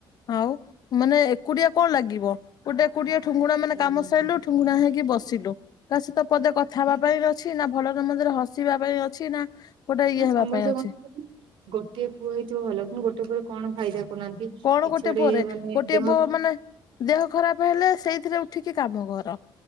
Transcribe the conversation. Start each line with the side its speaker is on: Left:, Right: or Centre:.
Left: ଆଉ ମାନେ, ଏକୁଡିଆ କଣ ଲାଗିବ? ଗୋଟେ ଏକୁଟିଆ ଠୁଙ୍ଗୁଣା ମାନେ
Right: ହୁଁ
Left: କାମ ସାରିଲୁ ଠୁଙ୍ଗୁଣା ହେଇକି ବସିଲୁ। କା ସହିତ ପଦେ କଥା ହେବା ପାଇଁ ଅଛି ନା ଭଲ ମନ୍ଦରେ ହସିବା ପାଇଁ ଅଛି ନା ଗୋଟେ ଇଏ
Right: ନା,
Left: ହେବା
Right: ସମସ୍ତେ
Left: ପାଇଁ ଅଛି
Right: କହନ୍ତି, <inaudible> ଗୋଟିଏ ପୁଅ ହେଇଥିବ ଭଲ, କିନ୍ତୁ ଗୋଟି ରେ କଣ ଫାଇଦା? କରୁନାହାନ୍ତି କିଛି
Left: କଣ
Right: ଗୋଟେ?
Left: ପୁଅରେ
Right: ମାନେ
Left: ଗୋଟିଏ
Right: ଦେହ
Left: ପୁଅ ମାନେ ଦେହ ଖରାପ ହେଲେ, ସେଇଥିରେ ଉଠିକି କାମ କର